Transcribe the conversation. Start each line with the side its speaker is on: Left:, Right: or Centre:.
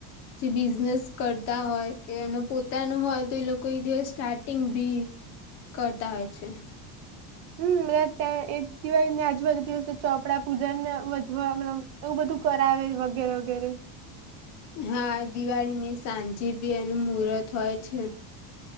Left: જે બિઝનેસ કરતા હોય કે એમનો પોતાનુ હોય, તો એ લોકો એ દવાય સ્ટાર્ટિંગ ભી કરતા હોય છે.
Right: હમ ત્યાં એ દિવાય ને આજુબાજુ દિવસે ચોપડા પૂજન વધવા મત એવું બધું કરાવે વગેરે વગેરે
Left: હા દિવાળીની સાંજે બી એનું મુહૂર્ત હોય છે.